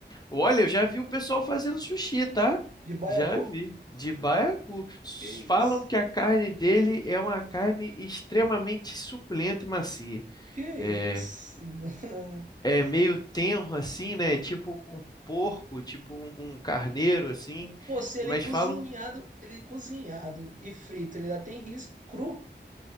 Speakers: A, on the left (about 20°); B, on the right (about 45°).
A: olha, eu já vi o pessoal fazendo sushi, tá?
B: De baiacu?
A: Já vi. De baiacu. S-
B: Que isso?
A: Falam que a carne dele é uma carne extremamente suculenta e macia.
B: Que
A: É,
B: isso? <laughs>
A: é meio tenro assim, né? Tipo um porco, tipo um, um carneiro assim.
B: Pô, se ele
A: Mas
B: é cozinhado,
A: falam,
B: ele é cozinhado e frito, ele ainda tem risco cru?